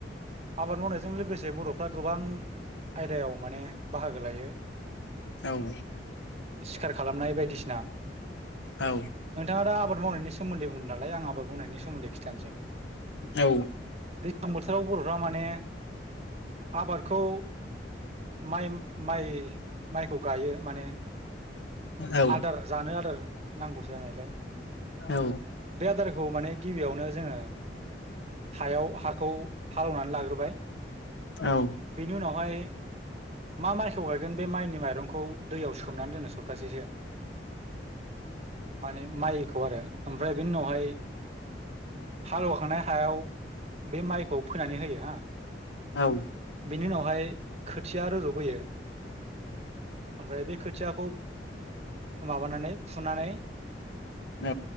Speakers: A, on the right; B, on the left.
A: आबाद मावनायजों लोगोसे बर'फ्रा गोबां आयदायाव माने बाहागो लायो
B: औ
A: खार खालामनाय बायदिसिना
B: औ
A: नोंथाङा दा आबाद मावनायनि सोमोन्दै बुंदों नालाय आं आबाद मावनायनि सोमोन्दै खिथानोसै
B: औ
A: दैज्लां बोथोराव बर'फ्रा माने आबादखौ माइ- माइ माइखौ गायो माने
B: औ
A: आदार जानो आदार नांगौ जानायलाय
B: औ
A: बे आदारखौ माने गिबियावनो जोङो हायाव हाखौ हालेवनानै लाग्रोबाय,
B: औ
A: बेनि उनावहाय मा माइखौ गायगोन बे माइनि माइरंखौ दैयाव सोमनानै दोनो सप्तासेसो, माने माइखौ आरो ओमफ्राय बेनि उनावहाय हालेवखांनाय हायाव बे माइखौ फोनानै होयो हा
B: औ
A: बेनि उनावहाय खोथिया रज'बोयो, ओमफ्राय बे खोथियाखौ माबानानै फुनानै
B: औ